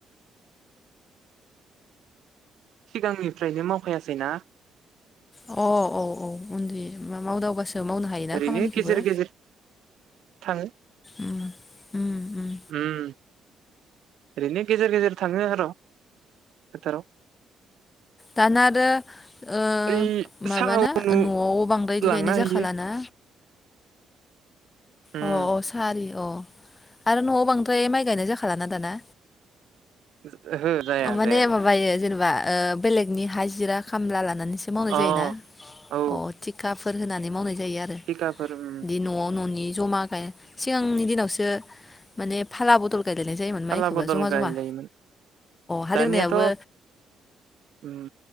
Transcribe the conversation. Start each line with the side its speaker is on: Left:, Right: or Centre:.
Right: सिगांनिफ्रायनो मावखायासैना
Left: अ औ औ उन्दै मा मावदावबासो मावनो हायोना
Right: ओरैनो
Left: खामानिखौबो
Right: गेजेर गेजेर थाङो
Left: ओम ओम
Right: उम ओरैनो गेजेर गेजेर थाङो आर' फोथाराव।
Left: दाना आरो ओ
Right: ओइ साहा
Left: माबाना
Right: उनु
Left: न'आव बांद्राय
Right: लांना
Left: गायनाय
Right: हैयो
Left: जाखालाना।
Right: उम
Left: अ' अ' सारि अ' आरो न'आव बांद्राय माइ गायनाय जाखालाना दाना।
Right: <unintelligible> ओहो जाया
Left: माने
Right: जाया जाया।
Left: माबायो जेनेबा ओ बेलेगनि हाजिरा खामला लानानै एसे मावनाय
Right: अ
Left: जायोना
Right: औ
Left: अ थिखा फु होनानै मावनाय जायो आरो
Right: टिकाफोर उम
Left: दि न'आव न'नि जमा गाय सिगांनि दिनावसो माने फाला बदल गायलायनाय जायोमोन
Right: फाला
Left: माइखौबो
Right: बदल
Left: ज'मा
Right: गायलायोमोन
Left: ज'मा हालेवनायाबो
Right: दानियाथ' उम